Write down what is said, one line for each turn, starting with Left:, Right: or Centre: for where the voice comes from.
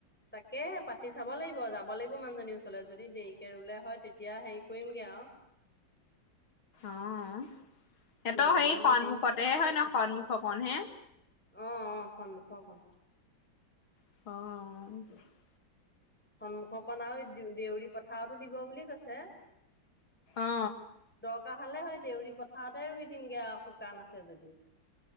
Centre: তাকেহে পাতি চাব লাগিব যাব লাগিব মানুহজনীৰ ওচৰলে যদি দেৰিকে ৰুলে হয় তেতিয়া হেই, কৰিমগে আও।
Left: অঁ সিহতৰ
Centre: নহ'লে
Left: সেই
Centre: মই
Left: সন্মুখতেহে
Centre: হেৰি
Left: হয় ন, সন্মুখ কনহে।
Centre: অঁ অঁ সন্মুখৰ কণ।
Left: অঁ অ।
Centre: সন্মুখকণ আৰু এই দে দেউৰী পথাৰতো দিব বুলি কৈছে।
Left: অ
Centre: দৰকাৰ হলে হয় দেউৰী পথাৰতে ৰুই দিমগে আও শুকান আছে যদি।